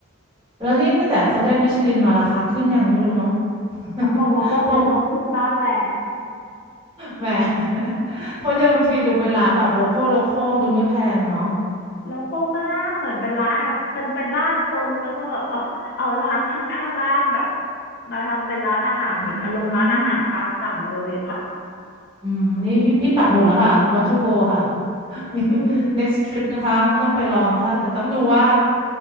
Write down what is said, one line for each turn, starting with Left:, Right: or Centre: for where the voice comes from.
Right: แล้วนี่ตั้งแต่เขาได้มิชลินมาราคาขึ้นยังนี้ไม่รู้เนาะ <laughs>
Left: ตักมองว่าก็คงต้องขึ้นบ้างแหละ
Right: พงแหม <laughs> เพราะเดิมทีดูเป็นร้านแบบโลคอลโลคอลดูไม่แพงเนาะ
Left: โลคอลมากเหมือนเป็นร้านแบบเป็นเป็นบ้านคนแล้วก็แบบเอาเอาร้านข้างหน้าบ้านแบบมาทำเป็นร้านอาหารเหมือนอารมณ์ร้านอาหารตามสั่งเลยค่ะ
Right: อืมอืมนี่พี่พี่ปักหมุดแล้วค่ะวั n t to go ค่ะ <laughs> มี
Left: อืม
Right: next trip นะคะต้องไปลองถ้าแต่ต้องดูว่า